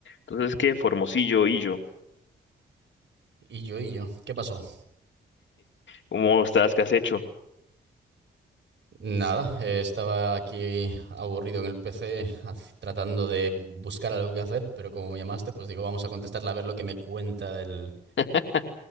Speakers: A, on the left; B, on the right.
A: Entonces, ¿qué? Formosillo, Illo,
B: Y yo, y yo, ¿qué pasó?
A: ¿cómo estás? ¿Qué has hecho?
B: Nada, eh, estaba aquí aburrido en el PC hac- tratando de buscar algo que hacer, pero como me llamaste, pues digo, vamos a contestarle a ver lo que me cuenta el,
A: <laughs>